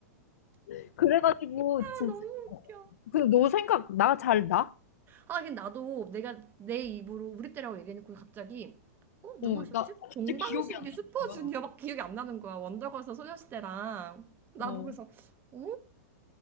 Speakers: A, on the left; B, on the right.
A: <laughs> 그래가지고,
B: 아,
A: 진짜.
B: 너무
A: 어.
B: 웃겨.
A: 근데 너 생각, 나 잘 나?
B: 아, 근데 나도 내가 내 입으로 우리 때라고 얘기해놓고 갑자기 어, 누구
A: 어,
B: 있었지?
A: 나
B: 동방신기
A: 진짜 기억이 안 나는
B: 슈퍼주니어밖에
A: 거야.
B: 기억이 안 나는 거야. 원더걸스 소녀시대랑. 나도
A: 어.
B: 그래서 어?